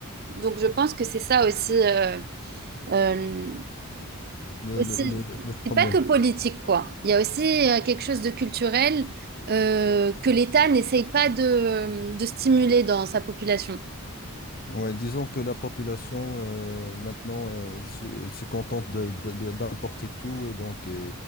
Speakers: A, on the right (about 45°); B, on the left (about 40°).
A: donc, je pense que c'est ça aussi. euh, euh,
B: Le,
A: aussi,
B: le- le- le- le problème.
A: c'est pas que politique, quoi. Il y a aussi euh, quelque chose de culturel euh, que l'État n'essaye pas de, de stimuler dans sa population.
B: Ouais, disons que la population, euh, maintenant, euh, elle se, elle se contente de- de- de- d'importer tout et donc et-